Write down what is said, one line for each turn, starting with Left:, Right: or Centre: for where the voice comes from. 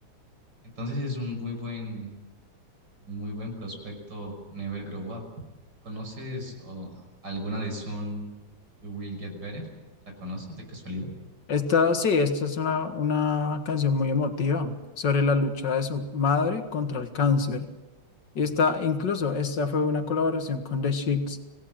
Right: Entonces es un muy buen, un muy buen prospecto Never Grow Up. ¿Conoces o, alguna de Soon You Will Get Better? ¿La conoces de casualidad?
Left: Esta, sí, esta es una, una canción muy emotiva sobre la lucha de su madre contra el cáncer. Y esta, incluso, esta fue una colaboración con The Chicks.